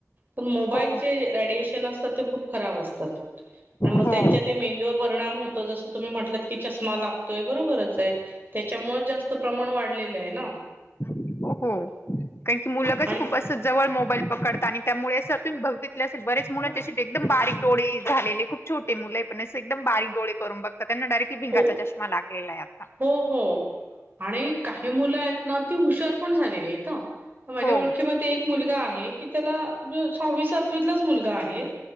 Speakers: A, on the right; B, on the left.
A: तर मोबाईलचे
B: हो
A: रेडिएशन ते खूप खराब असतात मग
B: हो
A: त्यांच्या मेंदूवर परिणाम होतो तसं तुम्ही म्हणलात- की चष्मा लागतोय बरोबरच आहे त्याच्यामुळे जास्त प्रमाण वाढलेलं आहे ना?
B: हो कारण की मुलगच
A: आणि
B: खूप अस जवळ मोबाईल पकडत आणि- त्यामुळे असं तही बघितल्या असे बऱ्याच मुलांच्या एकदम बारीक डोळे झालेले खूप छोटे मुले आहेत. पण एकदम अस बारीक डोळे करून बघतात. त्यांना डायरेक्टली भिंगाचा
A: हो
B: चष्मा लागलेला आहे आता
A: हो हो आणि काही मुलं आहेत. ती हुशार पण झालेली आहेत ह माझ्या
B: हो
A: ओळखीमध्ये एक मुलगा आहे? की त्याला तो सहावी सातवीतलाच मुलगा आहे